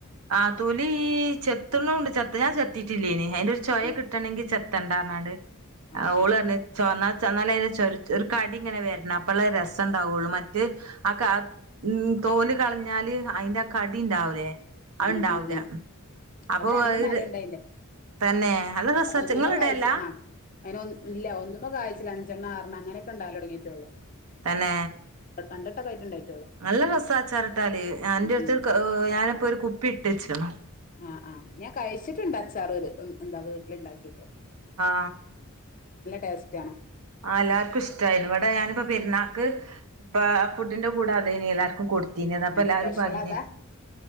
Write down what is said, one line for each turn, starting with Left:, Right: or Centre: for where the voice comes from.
Right: ആ തൊലീ ചെത്തണൂണ്ട് ചെത്തി ഞാൻ ചെത്തീട്ടില്ലെനി. അയിന്റൊരു ചോയോക്കിട്ടണെങ്കിൽ
Left: ഉം
Right: ചെത്തണ്ടാ പറഞ്ഞാണ്ട് ആ
Left: ആഹ്
Right: ഓള്
Left: ആഹ്
Right: പറഞ്ഞു ചുവന്ന തന്നാലേ ഇത് ചെറു ചെറു കടിങ്ങനെ വെരുള്ളു അപ്പളേ രസണ്ടാവൊള്ളൂ മറ്റേ ആ കാ തോല് കളഞ്ഞാല് അയിന്റെ കടിണ്ടാവൂലേ. അയ്ണ്ടാവൂല
Left: ഉം ഉം ഉം
Right: അപ്പോ
Left: ഇവിടെ രണ്ട്
Right: ഇത്,
Left: മരണ്ട്
Right: തന്നേ, നല്ല രസാ?
Left: ഒന്നുമ്മേ
Right: ഇങ്ങള്
Left: കായ്ച്ചു
Right: ഇടേല്ല
Left: ആ അതിനൊന് ഇല്ല ഒന്നുമ്മേ കായ്ച്ചില്ല അഞ്ചെണ്ണം അർ അങ്ങനെയൊക്കെ ഉണ്ടാകല് തുടങ്ങിയിട്ടുള്ളൂ
Right: തന്നേ?
Left: രണ്ടട്ടക്കായിട്ടൊണ്ടായി.
Right: നല്ല രസാ അച്ചാറിട്ടാല്, എന്റടുത്തൊരു,
Left: ഉം
Right: <unintelligible> ഞാനിപ്പോ ഒരു കുപ് പ്പിയിട്ടുച്ക്കണ്.
Left: ആ ആ ഞാൻ കയിച്ചിട്ടുണ്ടച്ചാറ് ഉം ന്താ വീട്ടിലുണ്ടാക്കീട്ട്.
Right: ആ
Left: ടേസ്റ്റ് ആണ്
Right: ആ എല്ലാർക്കു ഇസ്റ്റായിന് ഇവിടെ ഞാനിപ്പോ പെരുന്നാക്ക് ആ ഫുഡിന്റെ കൂടെ അത് ഇനി എല്ലാർക്കും കൊട് ത്തീനത് അപ്പോ എല്ലാരും
Left: സ്പെഷ്യൽ
Right: പറഞ്ഞ്,
Left: അതാ